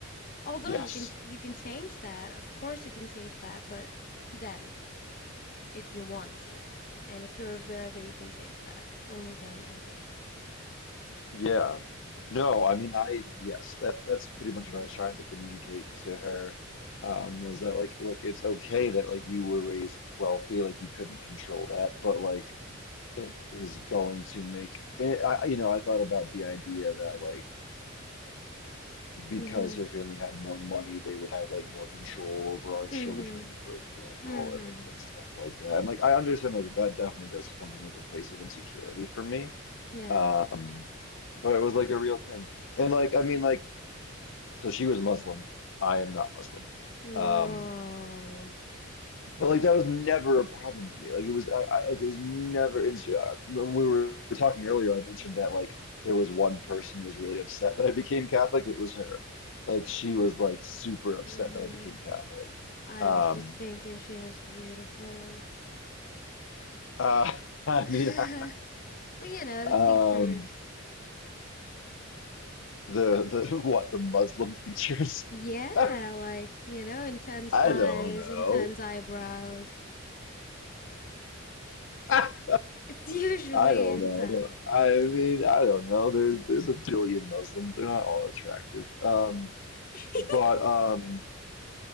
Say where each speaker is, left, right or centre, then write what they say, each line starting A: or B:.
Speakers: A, on the left; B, on the left.
A: Although
B: yes.
A: you can you can change that, of course you can change that, but then if you want to, and if you're aware that you can change that, only then I guess.
B: Yeah. No, I mean I
A: Oh.
B: yes, that that's pretty much what I was trying to communicate to her. Um, was that like like it's okay that like you were raised wealthy, like you couldn't control that, but like it is going to make and I I- you know, I thought about the idea that like because
A: Mm-hmm.
B: her family had more money, they would have like more control over our children,
A: Mhm.
B: for example,
A: Mhm.
B: and, and, and stuff like that. And like I understand that that definitely does come from like a place of insecurity for me.
A: Yeah.
B: Um, but it was like a real thing. And like I mean like so she was Muslim. I am not Muslim.
A: Whoa.
B: Um but like that was never a problem for me. Like it was, I, I like it was never an Uh, When we were talking earlier, I mentioned that like there was one person who was really upset that I became Catholic. It was her. Like she was like super upset
A: Uh-huh.
B: that I became Catholic.
A: I
B: Um,
A: was just thinking she was beautiful.
B: uh, <laughs> I
A: <laughs>
B: mean, <laughs>
A: Well, you know, the
B: um,
A: features.
B: the the <laughs> what the Muslim features?
A: Yeah,
B: <laughs> I
A: like, you know, intense eyes,
B: don't know.
A: intense eyebrows.
B: <laughs> I
A: It's usually
B: don't
A: intense.
B: know. I mean, I don't know. There's there's a billion Muslims. They're not all attractive. Um,
A: <laughs>
B: but um,